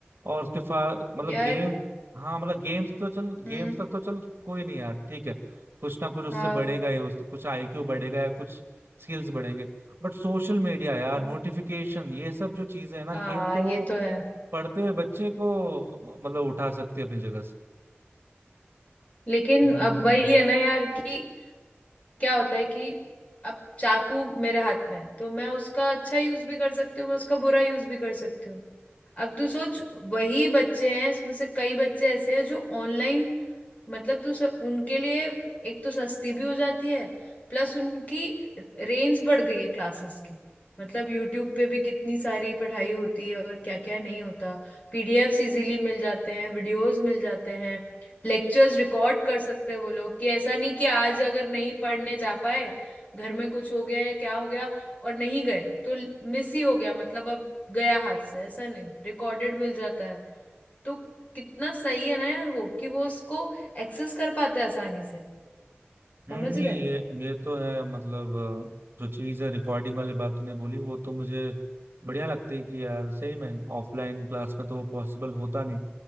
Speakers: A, on the right (about 60°); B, on the left (about 35°).
A: और उसके फा मतलब
B: यार
A: गेम हाँ मतलब गेम्स तो चल गेम्स
B: हम्म
A: तक तो चल कोई नहीं यार ठीक है कुछ ना कुछ उससे
B: हाँ
A: बढ़ेगा ही उस कुछ आईक्यू बढ़ेगा या कुछ स्किल्स बढ़ेंगे बट सोशल मीडिया यार
B: हम्म,
A: नोटिफिकेशन ये सब जो चीजें है ना
B: हाँ
A: ये तो
B: ये तो है
A: पढ़ते हुए बच्चे को मतलब उठा सकती है अपनी जगह से
B: लेकिन
A: हम्म
B: अब वही है ना यार कि क्या होता है कि अब चाकू मेरे हाथ में है तो मैं उसका अच्छा यूज भी कर सकती हूँ मैं उसका बुरा यूज भी कर सकती हूँ अब तू सोच वही बच्चे हैं इसमें से कई बच्चे ऐसे हैं जो ऑनलाइन मतलब तू स, उनके लिए एक तो सस्ती भी हो जाती है प्लस उनकी रेंज बढ़ गई है क्लासेस की मतलब यूट्यूब पे भी कितनी सारी पढ़ाई होती है और क्या क्या नहीं होता पीडीएफ्स इजीली मिल जाते हैं वीडियोस मिल जाते हैं लेक्चर्स रिकॉर्ड कर सकते हैं वो लोग कि ऐसा नहीं कि आज अगर नहीं पढ़ने जा पाए घर में कुछ हो गया या क्या हो गया और नहीं गए तो मिस ही हो गया मतलब अब गया हाथ से ऐसा नहीं रिकॉर्डेड मिल जाता तो कितना सही है ना यार वो कि वो उसको एक्सेस कर पाता है आसानी से
A: हम्म,
B: समझ
A: नहीं
B: रहे
A: ये ये तो है मतलब अ, जो चीज़ है रिकॉर्डिंग वाली बात तूने बोली वो तो मुझे बढ़िया लगती है कि यार सही में ऑफलाइन क्लास में तो वो पॉसिबल होता नहीं